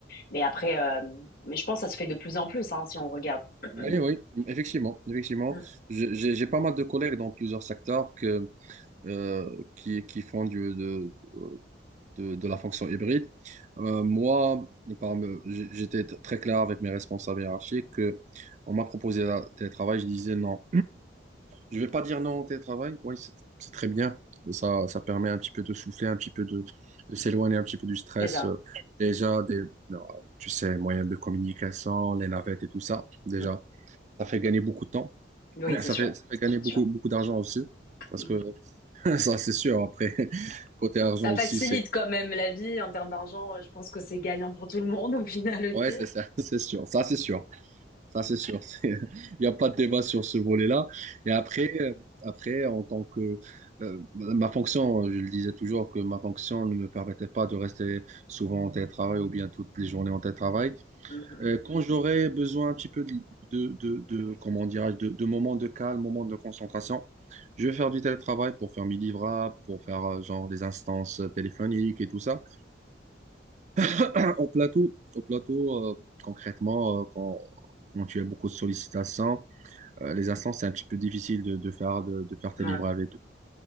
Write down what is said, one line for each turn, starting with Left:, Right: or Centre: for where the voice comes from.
Left: Mais après, euh, mais je pense que ça se fait de plus en plus, hein, si on regarde. <coughs>
Right: Oui,
Left: <clears throat>
Right: oui, effectivement, effectivement.
Left: Mm.
Right: Je- J'ai j'ai pas mal de collègues dans plusieurs secteurs euh, qui, qui font du, de, de, de la fonction hybride. Euh, moi, par me- j- j'étais t- très clair avec mes responsables hiérarchiques que on m'a proposé le télétravail, je disais non. Je vais pas dire non au télétravail, oui, c'est c'est très bien. Ça, ça permet un petit peu de souffler, un petit peu de, de s'éloigner un petit peu du stress.
Left: C'est ça.
Right: euh, déjà, des, non, tu sais, moyens de communication, les navettes et tout ça, déjà,
Left: Mm.
Right: ça fait gagner beaucoup de temps.
Left: Oui, c'est
Right: Ça
Left: sûr.
Right: fait, ça fait gagner
Left: C'est
Right: beaucoup,
Left: sûr.
Right: beaucoup d'argent aussi. Parce
Left: Mm.
Right: que <laughs> Ça, c'est sûr. Après, <laughs> côté argent
Left: Ça
Right: aussi,
Left: facilite
Right: c'est.
Left: quand même la vie en termes d'argent. Je pense que c'est gagnant pour tout le monde au final aussi.
Right: Ouais, c'est ça, <laughs> c'est sûr. Ça, c'est sûr. Ça, c'est sûr. <laughs> Il n'y a pas de débat sur ce volet-là. Et après, euh, après, en tant que. euh, ma fonction, je le disais toujours, que ma fonction ne me permettait pas de rester souvent en télétravail ou bien toutes les journées en télétravail.
Left: Mhm.
Right: Euh, quand j'aurais besoin un petit peu de, de, de, de- comment dirais-je, de, de moments de calme, moments de concentration, je vais faire du télétravail pour faire mes livrables, pour faire euh, genre des instances téléphoniques et tout ça. <clears throat> au plateau, au plateau euh, concrètement, euh, quand, quand tu as beaucoup de sollicitations, euh, les instants, c'est un petit peu difficile de, de faire, de, de faire tes
Left: Ouais,
Right: livrables et tout.